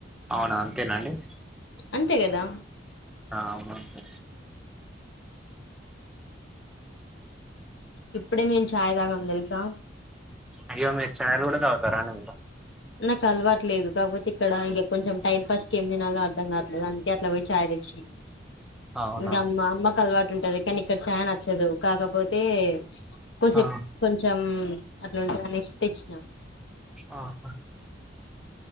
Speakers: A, in the centre; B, on the left.
A: అవునా అంతేనాండి
B: అంతే గదా
A: ఆ అవును అంతే
B: ఇప్పుడే మేము ఛయి తాగం తెలుసా
A: అయ్య మీరు చయలు కూడా తగుతర అండి మీరు
B: నాకు అలవాట్లేదు కాకపోతే ఇక్కడ ఇగ కొంచెం టైంపాస్కి ఏం తినలో అర్థం కాట్లేదు అందుకే అట్ల పోయి ఛాయ తెచ్చి
A: అవునా
B: ఇంగా మా అమ్మకు అలవాటు ఉంటది కానీ ఇక్కడ ఛాయ నచ్చదు కాకపోతే కోసేపు
A: ఆ
B: కొంచెం అత్కుంటదనేసి తెచ్చినా
A: ఆహ